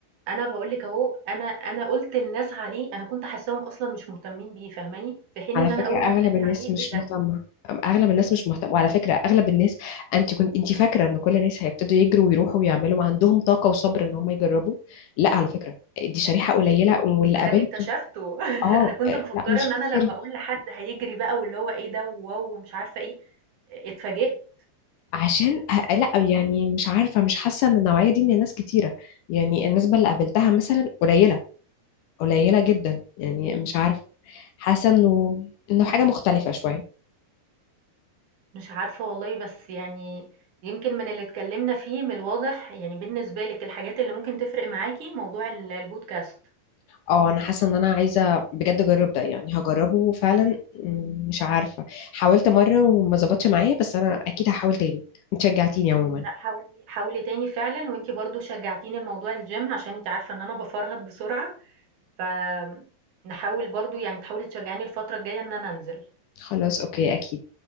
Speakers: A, on the right (about 55°); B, on the left (about 75°).
A: أنا باقول لِك أهو أنا أنا قُلت لناس عليه أنا كنت حاساهم أصلًا مش مهتمين بيه، فاهماني؟ في حين
B: على
A: إن
B: فكرة
A: أنا أول
B: أغلب
A: ما اتقال
B: الناس
A: لي عليه
B: مش
A: إيه ده!
B: مهتمة أم- أغلب الناس مش مهتمة وعلى فكرة أغلب الناس أنت كنت أنت فاكرة إن كل الناس هيبتدوا يجروا ويروحوا ويعملوا وعندهم طاقة وصبر إن هم يجربوا لا على فكرة دي شريحة قليلة واللي
A: ما
B: قابلته
A: ده اللي اكتشفته <laughs>
B: أه
A: أنا كنت
B: آه،
A: مفكرة
B: لا مش
A: إن
B: كتير
A: أنا لمّا أقول لحد هيجري بقى واللي هو إيه ده وواو ومش عارفة إيه، اتفاجئت
B: عشان أ- لا يعني مش عارفة مش حاسة ان النوعية دي من الناس كتيرة يعني النسبة اللي قابلتها مثلا قليلة قليلة جدا يعني مش عارفة حاسة انه انه حاجة مختلفة شوية
A: مش عارفة والله بس يعني يمكن من اللي اتكلمنا فيه من الواضح يعني بالنسبة لِك الحاجات اللي ممكن تفرق معاكِ موضوع ال البودكاست،
B: اه انا حاسة ان انا عايزة بجد اجرب ده يعني هجربه فعلا م، مش عارفة حاولت مرة وما ظبطش معايا بس انا اكيد هحاول تاني انت شجعتيني عموما
A: لأ حاولي حاولي تاني فعلًا، وأنتِ برضه شجعتيني لموضوع الgym عشان أنتِ عارفة إن أنا بافرهد بسرعة، فآمم، نحاول برضه يعني تحاولي تشجعيني الفترة الجاية إن أنا أنزل.
B: خلاص اوكي اكيد